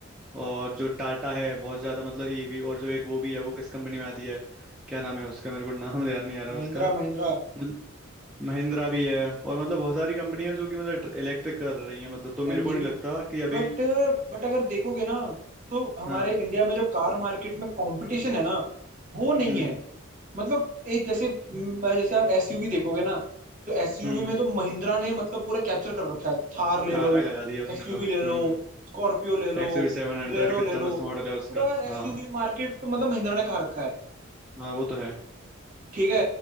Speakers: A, in the centre; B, on the right.
A: और जो टाटा है बहुत ज़्यादा मतलब ईवी और जो एक वो भी है वो किस कंपनी में आती है क्या नाम है उसका मेरे को नाम ध्यान नहीं आ रहा
B: महिंद्रा
A: उसका
B: महिंद्रा
A: मतलब महिंद्रा भी है और मतलब बहुत सारी कंपनियां जो कि मतलब इलेक्ट्रिक कर रही हैं मतलब तो मेरे
B: एमजी
A: को नहीं
B: भी
A: लगता कि अभी
B: बट बट अगर देखोगे ना तो हमारे
A: हाँ
B: इंडिया में जो कार मार्केट में कंपटीशन है ना वो नहीं
A: हम्म
B: है मतलब एक जैसे म, जैसे आप एसयूवी देखोगे ना तो एसयूवी
A: हम्म
B: में तो महिंद्रा ने मतलब पूरा कैप्चर कर रखा है थार ले
A: आग
B: लो
A: लगा दिया उसने
B: एक्सयूवी
A: तो हम्म
B: ले लो स्कॉर्पियो ले लो
A: X U V seven hundred
B: बोलेरो ले
A: कितना
B: लो
A: मस्त मॉडल है उसका
B: पूरा एसयूवी
A: हाँ
B: मार्केट तो मतलब महिंद्रा ने खा रखा है
A: हाँ वो तो है
B: ठीक है